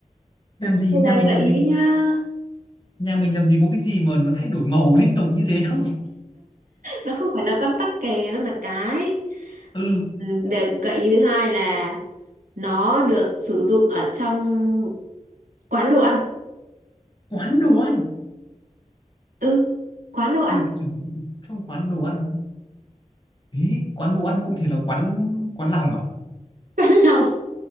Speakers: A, on the left; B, on the right.
A: làm gì
B: bây
A: nhà
B: giờ
A: mình
B: gợi
A: làm
B: ý
A: gì
B: nha
A: nhà mình làm gì có cái gì mà nó thay đổi màu liên tục như thế đâu
B: nó không phải là con tắc kè nó là cái
A: ừ
B: Ừ, để gợi ý thứ hai là nó được sử dụng ở trong quán đồ ăn
A: quán đồ ăn
B: ừ quán đồ ăn
A: được sử dụng trong quán đồ ăn ý quán đồ ăn cụ thể là quán quán lòng à
B: quán lòng